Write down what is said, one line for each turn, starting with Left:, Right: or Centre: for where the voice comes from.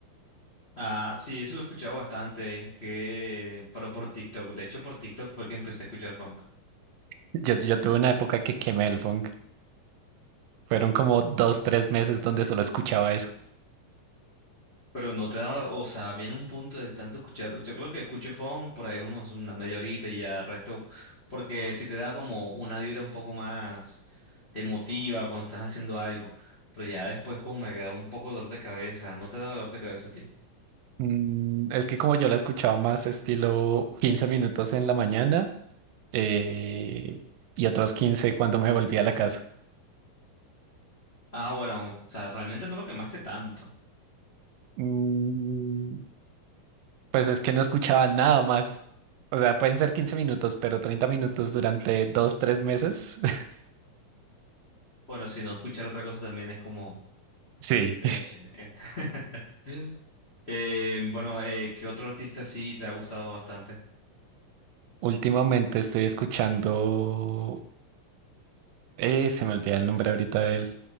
Left: Ah, sí, eso lo he escuchado bastante, que, pero por TikTok, de hecho por TikTok fue que empecé a escuchar funk.
Right: Yo, yo tuve una época que quemé el funk. Fueron como dos, tres meses donde solo escuchaba eso.
Left: Pero no te da, o sea, viene un punto de tanto escuchar, yo creo que escucho funk por ahí unos, una media horita y ya el resto, porque si te da como una vibra un poco más emotiva cuando estás haciendo algo, pero ya después como me da un poco de dolor de cabeza, no te da dolor de cabeza a ti.
Right: Mm, es que como yo la he escuchado más estilo 15 minutos en la mañana eh, y otros 15 cuando me volví a la casa.
Left: Ah, bueno, o sea, realmente no lo quemaste tanto.
Right: Mm, pues es que no escuchaba nada más. O sea, pueden ser 15 minutos, pero 30 minutos durante dos, tres meses. <laughs>
Left: Bueno, si no escuchar otra cosa también es como...
Right: Sí.
Left: eh, ent- <laughs> Eh, bueno, eh, ¿qué otro artista sí te ha gustado bastante?
Right: Últimamente estoy escuchando... Eh, se me olvida el nombre ahorita de él.